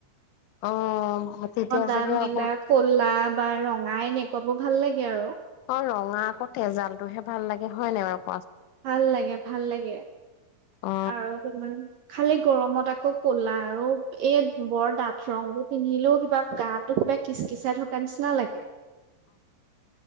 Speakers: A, on the left; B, on the right.
A: অ তেতিয়া
B: দাঁত
A: চাগে
B: নিলা,
A: অকণ
B: কলা বা ৰঙাই এনেক কব ভাল লাগে আৰু।
A: অ ৰঙা আকৌ তেজাল টোহে ভাল লাগে হয় নে ব
B: ভাল লাগে, ভাল লাগে
A: অ
B: আৰু তোমাৰ খালি গৰমত আকৌ ক'লা আৰু এই বৰ দাঠ ৰং বোৰ পিন্ধিলেও কিবা গাটো কিবা কিচকিচাই থকা নিচিনা লাগে।